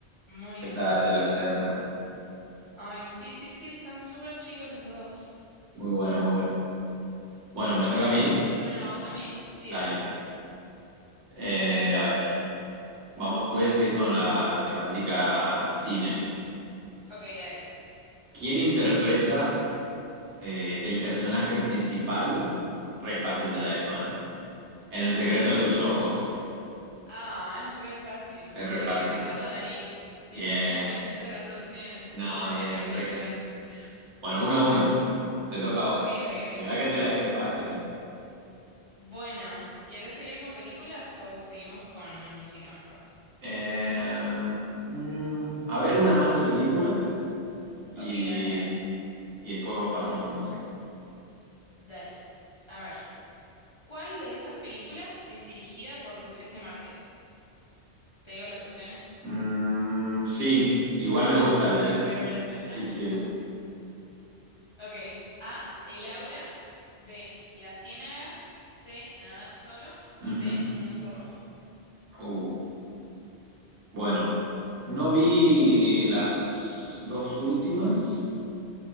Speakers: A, on the left; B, on the right.
A: muy
B: Que
A: linda.
B: está de la Serna.
A: Ay, sí, sí, sí, están súper chicos los dos.
B: Muy buena, muy buena. Bueno, me
A: Bueno,
B: toca a mí.
A: ¿querés hacerme una voz a mí? Sí,
B: Dale.
A: dale.
B: Eh, a ver. Vamos, voy a seguir con la temática cine.
A: Ok, dale.
B: ¿Quién interpreta eh, el personaje principal? Re fácil te la dejo, ¿eh?
A: <laughs>
B: En el secreto de sus ojos.
A: Ah, es re fácil.
B: Es
A: Eh,
B: re fácil.
A: Ricardo Darín.
B: Bien.
A: Ni siquiera necesito las opciones. Sí,
B: No,
A: no,
B: bien.
A: qué peliculón.
B: re- Bueno, uno a uno. Te toca a vos.
A: Ok, ok, ok.
B: Mirá que
A: Uno
B: te
A: a
B: la dejé
A: uno.
B: fácil, ¿eh?
A: Bueno, ¿querés seguir con películas o seguimos con música mejor?
B: Eh, mm, a ver, una más de películas y,
A: Ok, dale, dale.
B: y después pasamos a música.
A: Dale. A ver, ¿cuál de estas películas es dirigida por Lucrecia Martel? ¿Te digo las opciones?
B: Mm, sí,
A: <laughs>
B: igual
A: Las
B: me
A: necesitas,
B: gusta, Lucrecia.
A: obviamente.
B: Sí,
A: <laughs>
B: sí.
A: Ok. A, El Aura. B, La Ciénaga. C, Nadar solo. Y
B: Ujú.
A: D, Un oso rojo.
B: Uh, bueno, no vi las dos últimas,